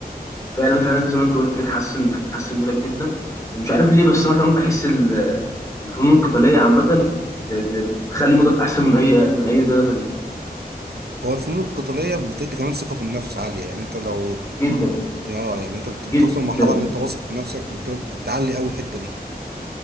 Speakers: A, on the left (about 20°); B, on the right (about 80°).
A: فعلا فعلا زي ما انت قلت بتحسن بتحسن مودك جدا ومش عارف ليه بس انا كمان بحس ال- الفنون القتالية عامة ب- ب- بتخلي مودك احسن من اي من اي رياضة تانية
B: هو الفنون القتالية بتدي كمان ثقة في النفس عالية يعني أنت لو
A: جدا
B: آه يعني أنت بت- بتوصل
A: جدا
B: لمرحلة إن أنت واثق في نفسك بت- بتعلي أوي الحتة دي